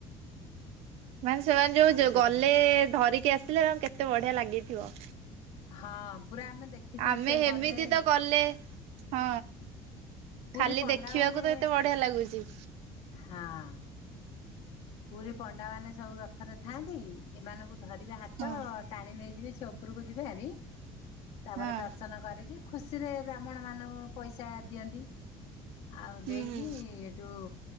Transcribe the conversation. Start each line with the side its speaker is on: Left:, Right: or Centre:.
Right: ମାନେ ସେମାନେ
Left: ଆଉ
Right: ଯୋଉ
Left: ସେଠି
Right: ଗଲେ ଧରିକି ଆସିଲେ ତାଙ୍କୁ କେତେ ବଢିଆ ଲାଗିଥିବ
Left: ହଁ ପୁରା ଆମେ ଦେଖିଛୁ
Right: ଆମେ
Left: ସେ ଗଲେ
Right: ଏମିତି ତ ଗଲେ ହଁ
Left: ପୁରୀ
Right: ଖାଲି
Left: ପଣ୍ଡା
Right: ଦେଖିବାକୁ
Left: ମାନେ
Right: ତ ଏତେ ବଢିଆ ଲାଗୁଛି।
Left: ହଁ ପୁରୀ ପଣ୍ଡା ମାନେ ସବୁ ରଥରେ ଥାଆନ୍ତି ଏମାନଙ୍କୁ ଧରିବେ ହାତ
Right: ହଁ
Left: ଟାଣି ନେଇଯିବେ ସେ ଉ ପରକୁ ଯିବେ ହୋର ତାପରେ
Right: ହଁ
Left: ଦର୍ଶନ କରିକି ଖୁସିରେ ବ୍ରାହ୍ମଣ ମାନଙ୍କୁ ପଇସା ଦିଅନ୍ତି। ଆଉ
Right: ହୁଁ
Left: ଦେଇକି ଏଇଠୁ